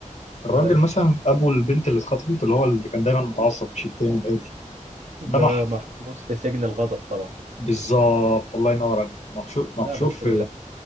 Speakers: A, on the left; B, on the right.
A: الراجل
B: اي
A: مثلا ابو البنت اللي اتخطفت اللي هو اللي كان دايما متعصب مش التاني الهادي
B: ده
A: ده مح
B: محبوس في سجن الغضب طبعا
A: بالظبط الله ينور عليك محشور محشور
B: لا بس
A: في